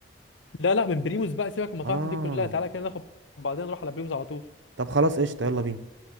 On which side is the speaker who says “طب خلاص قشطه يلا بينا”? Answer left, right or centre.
Right